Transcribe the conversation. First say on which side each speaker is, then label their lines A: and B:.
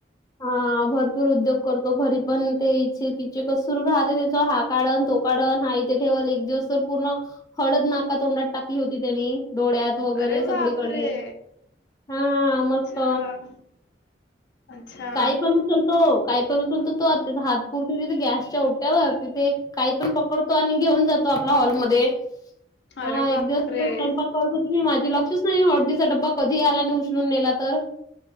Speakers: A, on the left; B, on the left.
A: हा भरपूर उद्योग करतो घरी पण ते इच्छ की- जे कस सुरू राहते त्याचा हा काढण तो काढण हा ते ठेवाल एक दिवस तर पूर्ण हळद नाका तोंडात टाकली होती त्यांनी डोळ्यात वगैरे
B: अरे
A: सगळीकडे.
B: बापरे
A: हां, मस्त.
B: अच्छा! अच्छा
A: काही पण उचलतो, काही पण उचलतो तो आत्ता हात पुरतो तिथे गॅसच्या ओट्यावर तिथे काही पण पकडतो, आणि घेऊन जातो आपला हॉलमध्ये हा
B: अरे
A: एक
B: बापरे
A: दिवस तसच स्वयंपाक- करत होती माझी लक्षच नाही हळदीचा डब्बा कधी आला आणि उचलून नेला तर